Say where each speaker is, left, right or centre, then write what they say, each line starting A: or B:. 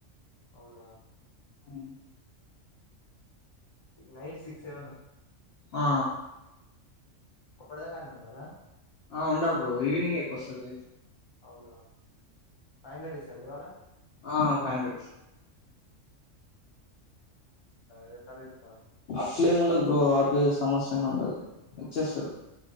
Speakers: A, on the left; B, on the left.
A: అవునా
B: మ్
A: నైట్ సిక్స్ సెవెన్
B: ఆ
A: అప్పుడ దాకా ఆడనే ఉండాల
B: ఆ ఉండాలి బ్రో ఈవినింగె ఎక్కువస్తారు
A: అవునా ఫైవ్ హండ్రెడ్ ఇస్తారు ఇవాళ
B: ఆ ఫైవ్ హండ్రెడ్స్
A: ఇర తర ఇస్తను <unintelligible>
B: ఇట్లేమి ఉండదు ఆ పే సమస్యంగా ఉండదు ఇచ్చేస్తారు